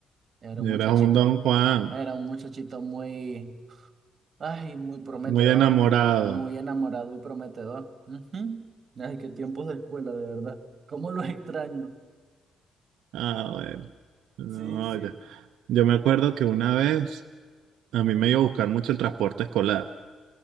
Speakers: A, on the right; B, on the right.
A: era un muchachito,
B: Eras un Don Juan,
A: era un muchachito muy, ay, muy prometedor,
B: muy enamorado.
A: muy enamorado y prometedor. Ujú. Ay, qué tiempos de escuela, de verdad. ¿Cómo los <laughs> extraño?
B: Ah, bueno. No,
A: Sí, sí.
B: ya. Yo me acuerdo que una vez a mí me iba a buscar mucho el transporte escolar.